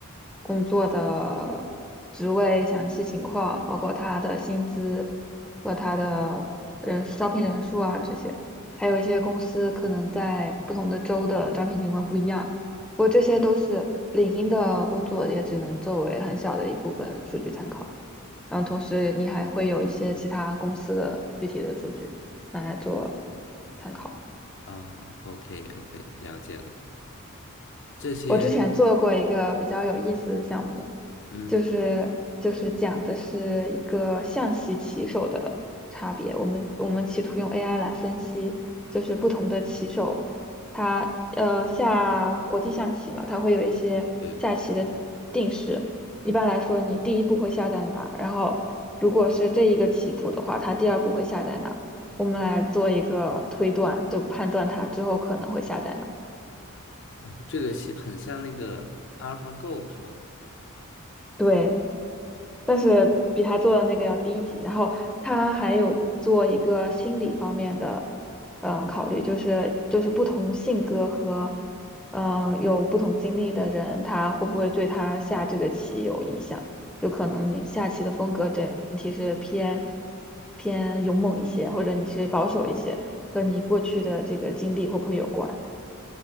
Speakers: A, in the centre; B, on the left (about 55°).
A: 工作的职位详细情况，包括他的薪资和他的人招聘人数啊这些。还有一些公司可能在不同的州的招聘情况不一样。不过这些都是领英的工作，也只能作为很小的一部分数据参考。然后同时你还会有一些其他公司的具体的数据拿来做参考。
B: 啊，OK OK，了解了。这些，
A: 我之前做过一个比较有意思的项目，
B: 嗯，
A: 就是就是讲的是一个象棋棋手的差别。我们我们企图用 AI 来分析，就是不同的棋手，他呃下国际象棋嘛，他会有一些下棋的定式。
B: 对，
A: 一般来说，你第一步会下在哪？然后如果是这一个棋谱的话，他第二步会下在哪？我们来做一个推断，就判断他之后可能会下在哪。
B: 哦，这个像很像那个 AlphaGo 是吧？
A: 对。但是比他做的那个要低级。然后他还有做一个心理方面的，嗯、考虑，就是就是不同性格和嗯、呃有不同经历的人，他会不会对他下这个棋有影响？就可能你下棋的风格整体是偏偏勇猛一些，或者你是保守一些，和你过去的这个经历会不会有关？